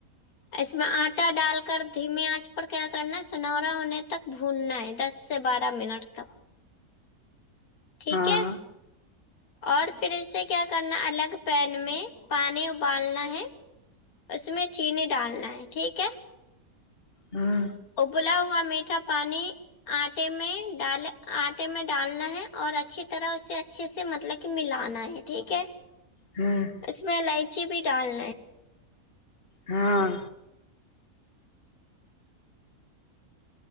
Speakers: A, on the left (about 80°); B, on the left (about 40°).
A: اس میں آٹا ڈال کر دھیمی آنچ پر کیا کرنا ہے سنورا ہونے تک بھوننا ہے دس سے بارہ منٹ تک ٹھیک
B: ہاں
A: ہے
B: ہاں
A: اور پھر اس سے کیا کرنا الگ پین میں پانی ابالنا ہے اس میں چینی ڈالنا ہے ٹھیک ہے
B: ہاں
A: ابلا ہوا میٹھا پانی آٹے میں ڈال آٹے میں ڈالنا ہے اور اچھی طرح اسے اچھے سے مطلب کہ ملانا ہے ٹھیک ہے
B: ہوں
A: اس میں الائچی بھی ڈالنا ہیں
B: ہاں